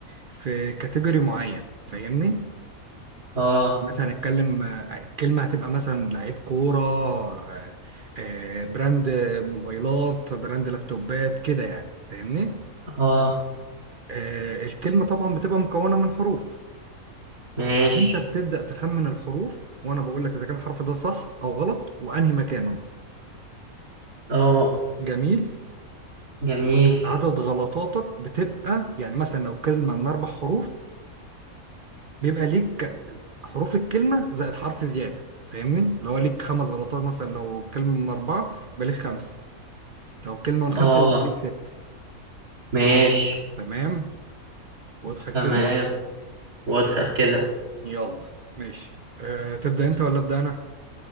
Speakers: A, on the right; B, on the right.
A: في كاتيجوري معين فاهمني
B: اه
A: مثلا نتكلم آه، كلمة هتبقى مثلا لعيب كورة آه، آه، براند موبايلات براند لابتوبات كده يعني فاهمني
B: اه
A: آه، الكلمة طبعا بتبقى مكونة من حروف
B: ماشي
A: انت بتبدأ تخمن الحروف وانا بقول لك اذا كان الحرف ده صح او غلط وانهي مكانه
B: اه
A: جميل
B: جميل
A: عدد غلطاتك بتبقى يعني مثلا لو كلمة من اربع حروف بيبقى ليك حروف الكلمة زائد حرف زيادة فاهمني لو ليك خمس غلطات مثلا لو كلمة من اربعة يبقى ليك خمسة لو كلمة من خمسة
B: اه
A: يبقى ليك ست
B: ماشي
A: تمام واضحك
B: تمام
A: كده
B: وضحت كده
A: يلا ماشي أه تبدأ أنت ولا أبدأ أنا؟